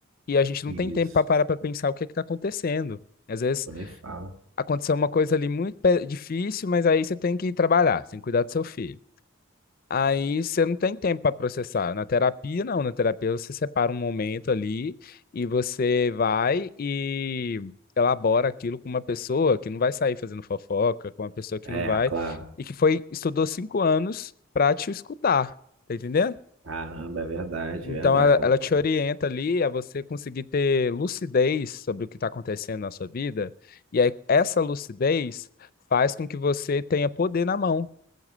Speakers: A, on the left; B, on the right.
A: e a gente não
B: isso.
A: tem tempo para parar para pensar o que é que está acontecendo. Às vezes
B: Eu nem falo.
A: aconteceu uma coisa ali muito pe- difícil, mas aí você tem que ir trabalhar, você tem que cuidar do seu filho. Aí você não tem tempo para processar. Na terapia, não. Na terapia, você separa um momento ali e você vai e elabora aquilo com uma pessoa que não vai sair fazendo fofoca, com uma pessoa que
B: É,
A: não vai
B: é, claro.
A: e que foi estudou cinco anos para te escutar, tá entendendo?
B: Caramba, é verdade,
A: Então,
B: é verdade,
A: ela,
B: concordo.
A: ela te orienta ali a você conseguir ter lucidez sobre o que está acontecendo na sua vida. E aí, essa lucidez faz com que você tenha poder na mão,